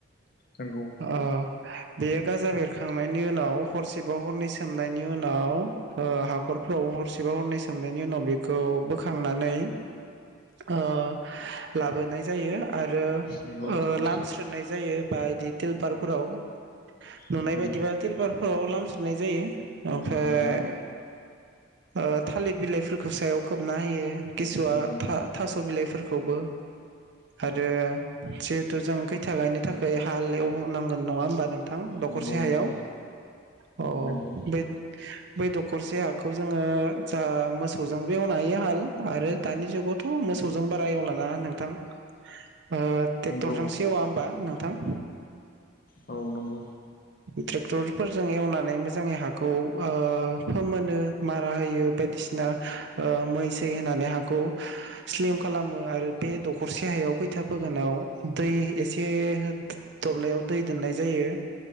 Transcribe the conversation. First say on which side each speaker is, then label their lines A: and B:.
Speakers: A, on the left (about 45°); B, on the right (about 55°).
A: नंगौ
B: अ बेयो गाजा बेरखां थांनायनि उनाव हरसेबा हरन सोम नायनि उनाव ओ हाखरफ्राव हरसे हरसे बा हरनै सोमनायनि उनाव बेखौ बोखांनानै ओ लाबोनाय जायो आरो
A: नंगौ
B: ओ
A: औ
B: लामस्रो नाय जायो बा बिदि तिलपारफोराव नुनाय
A: उम
B: बायदिबा तिलपारफोराव लामस्रोनाय जायो ओमफ्राय
A: नंगौ
B: ओ थालिर बिलाइफोरखौ सायाव खोबना होयो किसुवा
A: उम
B: था थास' बिलाइफोरखौ खौबो आरो जिहेथु जों खै थिया गायनो थाखाय हाल एवनांगोन नङा होनोमबा नों थां दखरसे
A: नंगौ
B: हायाव
A: नंगौ
B: अ
A: नंगौ
B: बै बै दखरसे हाखौ जोङो जा मोसौजोंबो एवनो हायो हाल आरो दानि जुगावथ' मोसौजों बारा एवलानाङा नोंथां ओ तेक्तरजों
A: नंगौ नंगौ
B: औ होमबा नोंथां
A: औ नंगौ
B: <unintelligible> ट्रेक्टरफोरजों एवनानै मोजाङै हाखौ ओ फोमोनो मारा होयो बायदिसिना मै सै होनानै हाखौ स्लिम खालामो आरो बे दखरसे हायाव खैथा फोगोनाव दै एसे दब्लायाव दै दोननाय जायो